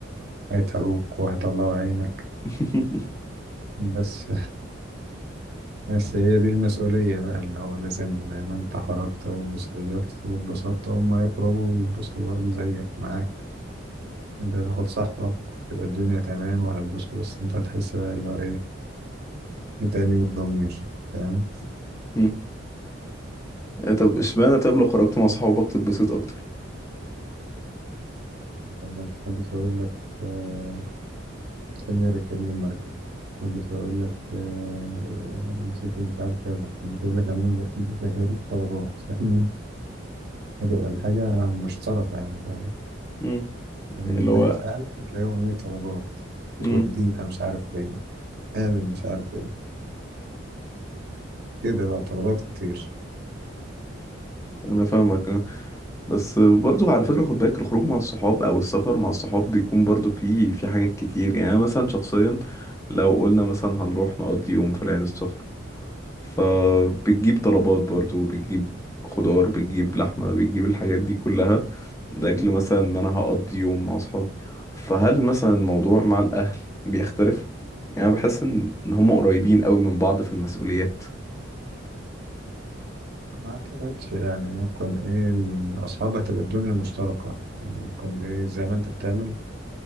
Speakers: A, on the right; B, on the left.
A: هيتعبوك وهيطلعوا عينك
B: <laughs>
A: بس <laughs> بس هي دي المسؤولية بقى اللي هو لازم زي ما أنت خرجت وصيفت واتبسطت هم يخرجوا ويتبسطوا برضه زيك معاك أنت هتاخد صاحبك تبقى الدنيا تمام وهتتبسطوا بس أنت هتحس بقى اللي هو إيه بتأنيب الضمير فاهم
B: مم. طب اشمعنى طب لو خرجت مع صحابك تتبسط اكتر
A: لما محدش يقول لك آه، عشان ركبنا المركب محدش يقول لك آه، الشكل مش عارف كذا محدش يقول لك عاملين محدش هيريك طلبات <laughs> فاهمين هتبقى الحاجة مشتركة يعني فاهم
B: مم.
A: يعني
B: اللي
A: من
B: هو
A: ناحية أهلك بتلاقيهم إيه طلبات
B: مم.
A: ودينا مش عارف فين قابل مش عارف ايه كده بقى طلبات كتير
B: انا فاهمك آه. بس برضو على فكره خد بالك الخروج مع الصحاب او السفر مع الصحاب بيكون برضو فيه في حاجات كتير يعني أنا مثلا شخصيا لو قلنا مثلا هنروح نقضي يوم في العين السخنه فبتجيب طلبات برضو بتجيب خضار بتجيب لحمه بتجيب الحاجات دي كلها لاجل مثلا ان انا هقضي يوم مع اصحابي فهل مثلا الموضوع مع الاهل بيختلف يعني أنا بحس ان إن هم قريبين قوي من بعض في المسؤوليات
A: ما اعتقدش يعني ممكن ايه الأصحاب هتبقى الدنيا مشتركة يعني ممكن ايه زي ما انت بتعمل